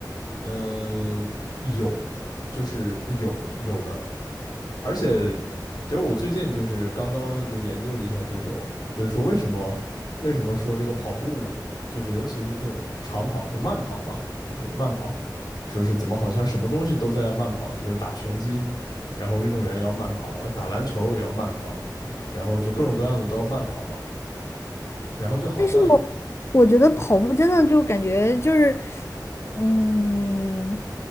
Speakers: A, on the left; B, on the left.
A: 嗯、有，就是有有的。而且，其实我最近就是刚刚就研究了一下这种，就是说为什么为什么说这个跑步，就是尤其是这种长跑，就慢跑嘛，就是慢跑，说是怎么好像什么东西都在慢跑，比如打拳击，然后运动员也要慢跑，打篮球也要慢跑，然后就各种各样的都要慢跑嘛，然后就好像，
B: 但是我我觉得跑步真的就感觉就是，嗯，